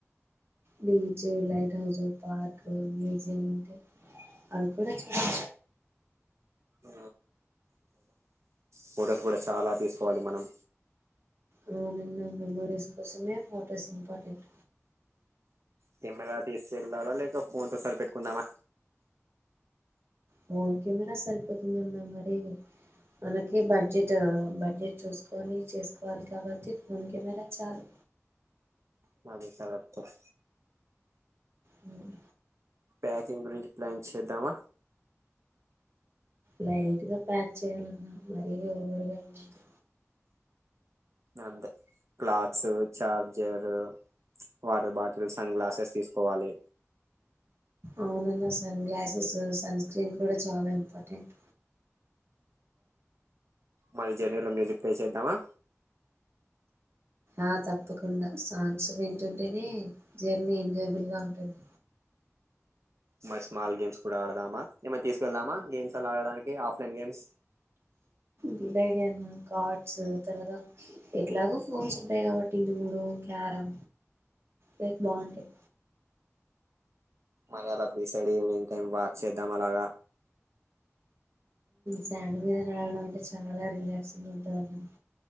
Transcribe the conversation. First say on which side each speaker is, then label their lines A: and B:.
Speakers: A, on the right (about 50°); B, on the right (about 65°).
A: beach, lighthouse, park museum ఉంటయ్ అవి కూడా చాల
B: ఆ ఫోటోస్ గుడా చాలా తీసుకోవాలి మనం
A: అవునన్న మెమోరీస్ కోసమే ఫొటోస్ ఇంపార్టెంట్
B: కెమెరా తీసుకెల్లాల లేక ఫోన్ తో సరి పెట్టుకుందామా?
A: ఫోన్ కెమెరా సరిపోతుందన్న మరీ మనకె బడ్జెట్ బడ్జెట్ చూసుకొని చేసుకోవాలి కాబట్టి ఫోన్ కెమెరా చాలు.
B: నాది చాలా <inaudible>
A: హ్మ్
B: ప్యాకింగ్ గురించి ప్లాన్ చేద్దామా?
A: లైట్గా ప్యాక్ చేయాలన్నా, మరీ ఓవర్గా ఏమొద్దు
B: అంతే clothes, charger water bottles and glasses తీసుకోవాలి
A: morning sunglasses sunscreen కూడా చాలా ఇంపార్టెంట్
B: మరి జర్నీలో మ్యూజిక్ ప్లే చేద్దామా
A: ఆ తప్పకుండా సాంగ్స్ వింటుంటేనే జర్నీ ఎంజాయబుల్ గా ఉంటుంది
B: మ స్మాల్ గేమ్స్ కూడా ఆడదామా ఏమన తీసుకెళ్దామా గేమ్స్ అలా ఆడడానికి ఆఫ్ల ఇండియన్స్
A: డివైడ్ కార్డ్స్ తరగా ఎట్లాగో ఫోన్స్ ఉంటాయి కాబట్టి లూడో క్యారం లేక్ బాగుంటాయి
B: మరల బీచ్ సైడ్ ఈవెనింగ్ వాక్ చేదాం అలాగా
A: సాండ్ మీద అలాగ చాల రిలాక్స్ గ ఉంటది